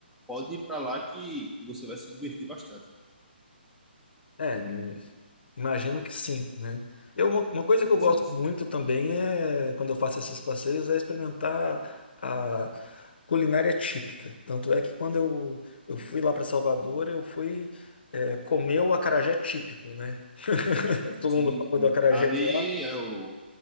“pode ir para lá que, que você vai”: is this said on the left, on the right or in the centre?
Centre